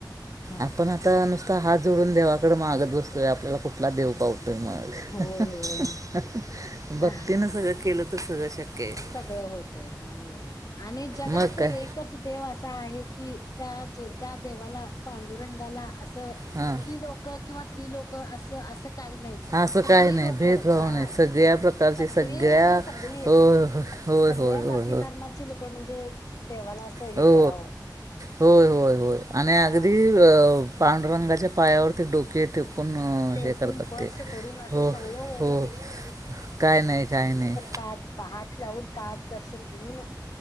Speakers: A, on the left; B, on the right.
A: हा
B: आपण आता नुस तो हात जोडून देवाकडे मागत बसतोय आपल्याला कुठला देव पावतो हम् हम्
A: होय होय
B: मग भक्तीन
A: हा हा
B: सगळं केलं तर सगळं शक्य आहे
A: सगळं होतय होय आणि जगात
B: मग काय
A: एकच देव असा आहे की त्या जेवत्या देवाला पांडुरंगाला असं
B: हां
A: कि लोक किंवा ती लोक असं असं काही नाही
B: असं
A: सगळी
B: काय नाही
A: लोकं
B: भेदभाव
A: हा
B: नाही
A: अ
B: सगळ्या प्रकारची
A: सगळी
B: सगळ्या
A: म्हणजे सगळी
B: होय होय
A: सगळ्यां
B: होय होय
A: जाती धर्माची लोक म्हणजे देवाला असं हे
B: हो
A: करावं
B: होय होय होय आणि
A: हा
B: अगदी अ होय पांडुरंगाच्या पायावरती डोके ठेवले पण
A: टेकून
B: हे करतात
A: स्पर्श
B: ते
A: करून असं
B: हो
A: सवळं ओवळं
B: हो काय नाही काय नाही
A: पा पहाट लावून पाठ दर्शन घेऊन